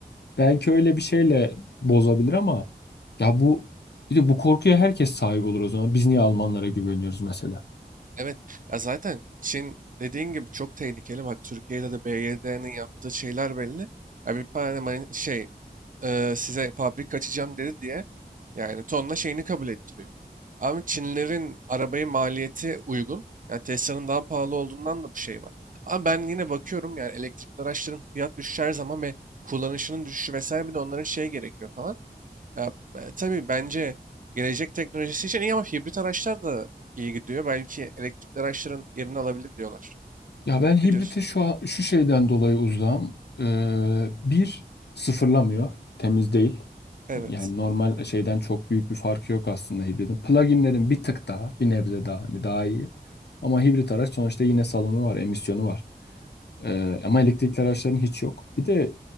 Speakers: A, on the left; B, on the right.
A: Belki öyle bir şeyle bozabilir ama ya bu bir de bu korkuya herkes sahip olur o zaman. Biz niye Almanlara güveniyoruz mesela?
B: Evet. Ya zaten Çin dediğin gibi çok tehlikeli. Bak Türkiye'de de BYD'nin yaptığı şeyler belli. Ya bir tane mani- şey e, size fabrika açacağım dedi diye yani tonla şeyini kabul ettiriyor. Ama Çinlerin arabayı maliyeti uygun. Yani Tesla'nın daha pahalı olduğundan da bu şey var. Ama ben yine bakıyorum yani elektrikli araçların fiyat düşüşü her zaman ve kullanışının düşüşü vesaire bir de onların şey gerekiyor falan. Ya, e, tabii bence gelecek teknolojisi için iyi ama hibrit araçlar da iyi gidiyor. Belki elektrikli araçların yerini alabilir diyorlar.
A: Ya ben hibrite
B: Ne diyorsun?
A: şu an- şu şeyden dolayı uzağım. Ee, bir sıfırlamıyor, temiz değil.
B: Evet.
A: Yani normal şeyden çok büyük bir farkı yok aslında hibridin. Pluginlerin bir tık daha, bir nebze daha, hani daha iyi. Ama hibrit araç sonuçta yine salımı var, emisyonu var. Ee, ama elektrikli araçların hiç yok. Bir de